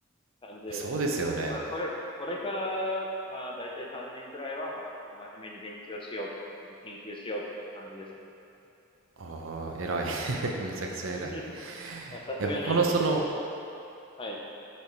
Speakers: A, on the left (about 25°); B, on the right (about 75°).
A: 感じで、
B: そうですよね。
A: まあ、これ、これから、まあ、大体3年くらいは、まあ、ちょっと真面目に勉強しようっていうんで、研究しようっていう感じですかね。
B: ああ、偉い。<laughs> めちゃくちゃ偉い。
A: <laughs>
B: い
A: まあ、さすがに、
B: や、他のその、
A: はい。